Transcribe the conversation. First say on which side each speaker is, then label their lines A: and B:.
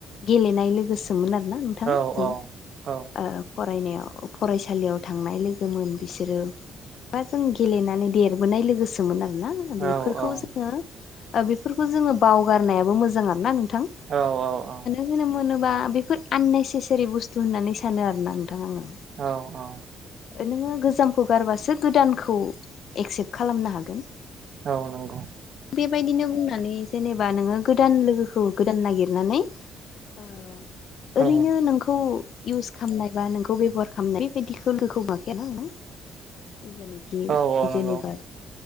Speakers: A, on the left; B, on the right.
A: गेलेनाय लोगोसोमोन आरोना नोंथां
B: औ
A: जों
B: औ
A: ओ फरायनायाव फरायसालियाव थांनाय लोगोमोन बिसोरो बा जों गेलेनानै देरबोनाय लोगोसोमोन आरोना। बेफोरखौ
B: औ औ
A: जोंङो ओ बेफोरखौ जोंङो बावगारनायाबो मोजां आरो ना नोंथां?
B: औ-औ-औ।
A: जोनोम होनोबा बेफोर आननेसेसारि बुस्थु होननानै सानो आरो ना नोंथां आंङो।
B: औ-औ।
A: ओ नोंङो गोजामखौ गारबासो गोदानखौ एक्सेप्ट खालामनो हागोन।
B: औ नंगौ।
A: बेबायदिनो बुंनानै जेनेबा नोंङो गोदान लोगोखौ गोदान नागिरनानै ओ ओरैनो
B: औ
A: नोंखौ इउस खालामनाय बा नोंखौ बेब'हार खालामनाय बेबायदि लोगोखौ मोखांबायना नों?
B: औ औ नंगौ
A: जेनेबा